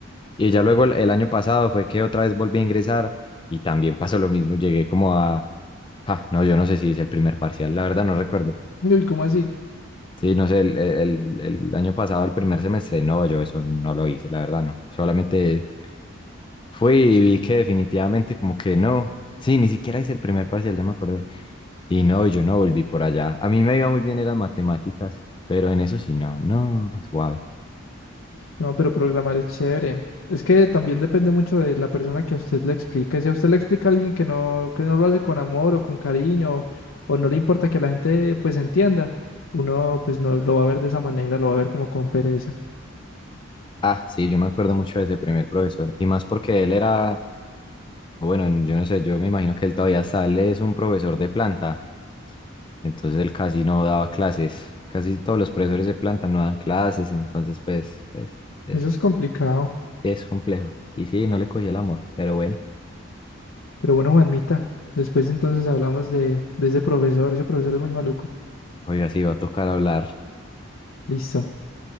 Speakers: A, on the left (about 25°); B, on the left (about 70°).
A: Y ya luego el, el año pasado fue que otra vez volví a ingresar y también pasó lo mismo. Llegué como a... Ah, no, yo no sé si hice el primer parcial. La verdad no recuerdo.
B: <laughs> Uy, ¿cómo así?
A: Sí, no sé, el, el- el año pasado, el primer semestre, no, yo eso no lo hice, la verdad, no. Solamente fui y vi que definitivamente como que no. Sí, ni siquiera hice el primer parcial, ya me acordé. Y no, yo no volví por allá. A mí me iba muy bien en las matemáticas, pero en eso sí, no, no, suave.
B: No, pero programar es chévere. Es que también depende mucho de la persona que a usted le explique. Si a usted le explica a alguien que no, que no lo hace con amor o con cariño, o no le importa que la gente pues entienda, uno pues no lo va a ver de esa manera, lo va a ver como con pereza.
A: Ah, sí, yo me acuerdo mucho de ese primer profesor. Y más porque él era o bueno, yo no sé, yo me imagino que él todavía sale, es un profesor de planta, entonces él casi no daba clases, casi todos los profesores de planta no dan clases, entonces pues, pues es,
B: Eso es complicado.
A: es complejo. Y sí, no le cogí el amor, pero bueno,
B: Pero bueno, Juanmita, después entonces hablamos de, de ese profesor. Ese profesor es muy maluco.
A: oiga, sí, va a tocar hablar.
B: Listo.